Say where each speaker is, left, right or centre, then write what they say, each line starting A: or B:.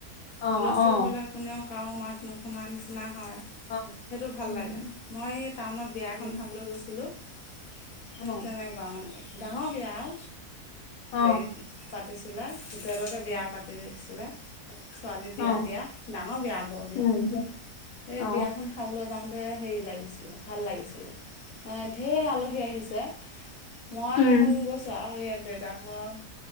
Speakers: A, on the left (about 80°); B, on the left (about 65°).
A: অ অ
B: হুলস্থুল হ'লে কোনেও কাও মাত নুশুনা নিচিনা হয়।
A: অ
B: সেইটো ভাল
A: উম
B: লাগে, মই টাউনত বিয়া এখন
A: উম
B: খাবলৈ গৈছিলোঁ সেই
A: অ
B: তেনেকুৱা, মানে ডাঙৰ বিয়া আও
A: অ
B: হেৰি পাতিছিলে, হোটেলতে বিয়া পাতি ছিলে, ছোৱালী
A: অ
B: বিয়া দিয়া ডাঙৰ বিয়া বৰ বিয়া।
A: উম
B: সেই
A: অ অ
B: বিয়াখন খাবলৈ যাওঁতে হেৰি লাগিছিলে, ভাল লাগিছিলে ম ঢেৰ আলহী আহিছে। মই
A: উম
B: প্ৰথম গৈছোঁ আৰু ইয়াত দেউতাকৰ